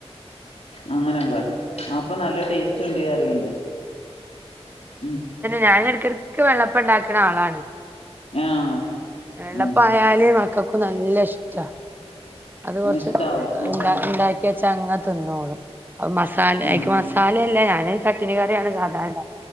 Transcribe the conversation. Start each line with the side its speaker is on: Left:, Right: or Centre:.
Left: ആഹ് ആഹ്
Right: ഒരുവട്ടം
Left: അപ്പ
Right: ഇണ്ടാക്കിയോക്കണം
Left: നല്ല ടേസ്റ്റ്ണ്ട് പറിയണ്ട്. ഉം
Right: ഞാനൊര് ട്രിക്ക് വെള്ളപ്പണ്ടാക്കണ ആളാണ്
Left: ആഹ്
Right: വെള്ളപ്പായാല്
Left: അത് ശരി
Right: മക്കക്ക് നല്ല ഇഷ്ടാ അത് കൊറച്ച്
Left: ഇഷ്ടാവും
Right: ഏഹ്
Left: അതന്നെ
Right: ണ്ടാ ണ്ടാക്ക് ച്ച ങ്ങ തിന്നോളും അത് മസാല
Left: ഉം
Right: ആയിക്ക് മസാലല്ല ഞാന് ചട്ടില് കറ്യാണ്. സാധാരണ